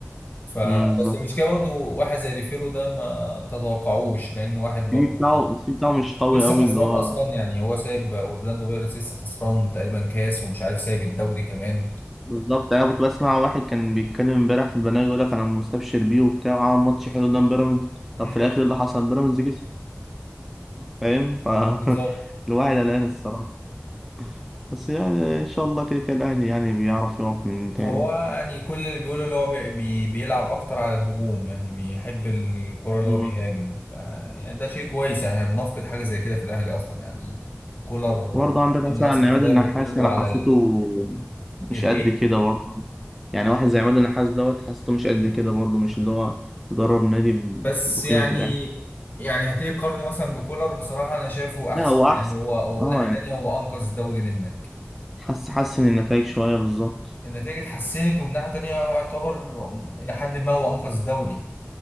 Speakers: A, on the left; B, in the centre.
A: فبس
B: امم بالظبط
A: المشكله برضو واحد زي ريفيرو ده ما تتوقعوش لان واحد برضو
B: السي في بتاعه
A: ما
B: السي في بتاعه مش قوي
A: لسه
B: قوي اللي
A: خسران
B: هو
A: اصلا يعني هو سايب اورلاندو بايرتس لسه خسران تقريبا كاس ومش عارف سايب الدوري كمان
B: بالظبط يعني انا كنت بسمع واحد كان بيتكلم امبارح في البرنامج يقول لك انا مستبشر بيه وبتاع وعمل ماتش حلو قدام بيراميدز طب
A: امم
B: في الاخر إيه اللي حصل بيراميدز كسب فاهم ف
A: بالظبط
B: <laughs> الواحد قلقان الصراحه بس يعني ان شاء الله كده كده الاهلي يعني بيعرف يقف من تاني
A: هو يعني كل اللي بيقوله اللي هو بي بي- بيلعب اكتر على الهجوم يعني بيحب الكرة اللي
B: مم.
A: هو بيهاجم ف- يعني ده شيء كويس يعني احنا بنفقد حاجة زي كده في الاهلي اصلا يعني كولر
B: برضه عندك مثلا
A: معتمد اصلا
B: عماد
A: في لعبه
B: النحاس
A: كله
B: انا
A: على
B: حسيته مش
A: الايه
B: قد كده برضه يعني واحد زي عماد النحاس دوت حاسته مش قد كده برضه مش اللي هو بيدرب نادي ب-
A: بس
B: بقيمة
A: يعني
B: الأهلي
A: يعني هتيجي تقارنه مثلا بكولر بصراحة أنا شايفه أحسن
B: لا هو أحسن
A: يعني هو هو
B: اه
A: من ناحية تانية
B: يعني
A: هو أنقذ الدوري منك
B: حس حسن النتائج شوية بالظبط
A: النتائج اتحسنت ومن ناحية تانية هو يعتبر إلى حد ما هو أنقذ الدوري